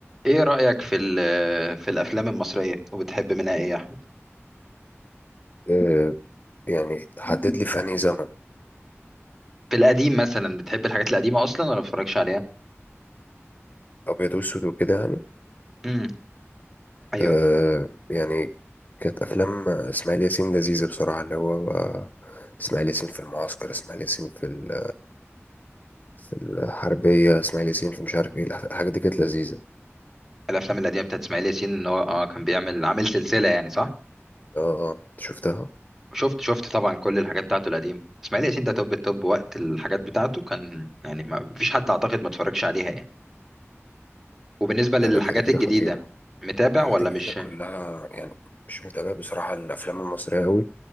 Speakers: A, in the centre; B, on the left.
A: ايه رأيك في ال- في الافلام المصرية وبتحب منها ايه يا احمد
B: آه، يعني حدد لي في انهي زمن
A: في القديم مثلا بتحب الحاجات القديمة اصلا ولا ما بتتفرجش عليها
B: ابيض واسود وكده يعني
A: امم ايوه
B: آه، يعني كانت افلام اسماعيل ياسين لذيذه بصراحه اللي هو بقى اسماعيل ياسين في المعسكر اسماعيل ياسين في ال- في الحربيه اسماعيل ياسين في مش عارف ايه الح- الحاجات دي كانت لذيذه
A: الافلام القديمة بتاعت اسماعيل ياسين ان هو اه كان بيعمل عامل سلسلة يعني صح
B: اه اه أنت شفتها
A: شفت شفت طبعا كل الحاجات بتاعته القديمة اسماعيل ياسين ده توب التوب وقت الحاجات بتاعته كان يعني ما فيش حد اعتقد ما اتفرجش عليها يعني وبالنسبة للحاجات
B: لا لا كده كده
A: الجديدة
B: خطيره
A: متابع
B: الحاجات
A: ولا
B: دي
A: مش
B: كده كلها يعني مش متابع بصراحه الافلام المصريه قوي